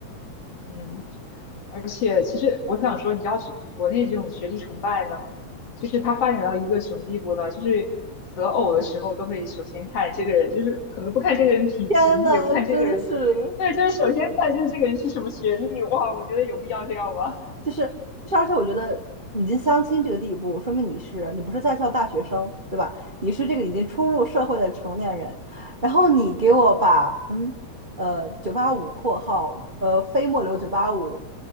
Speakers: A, on the left; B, on the right.
A: 嗯，而且其实我想说，你知道是国内这种学历崇拜呢，就是它发展到一个什么地步呢？就是择偶的时候都会首先看这个人，就是可能不看这个人体型，
B: 天呐，
A: 也不看这个人，
B: 真的是。
A: 对，就是首先看就是这个人是什么学历。哇，我觉得有必要这样吗？
B: 就是就是，而且我觉得已经相亲这个地步，说明你是你不是在校大学生，对吧？你是这个已经初入社会的成年人，
A: 嗯
B: 然后你给我把嗯呃九八五括号呃非末流九八五，
A: 嗯